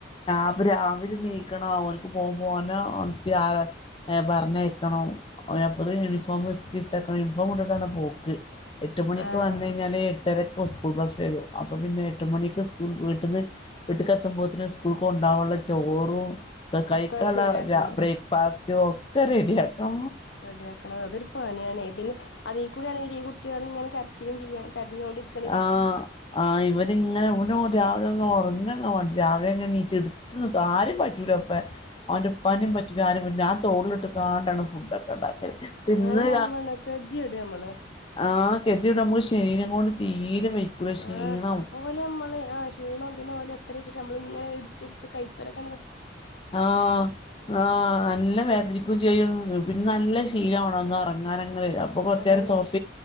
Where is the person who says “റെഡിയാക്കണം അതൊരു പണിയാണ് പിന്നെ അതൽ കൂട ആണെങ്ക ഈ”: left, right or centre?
Left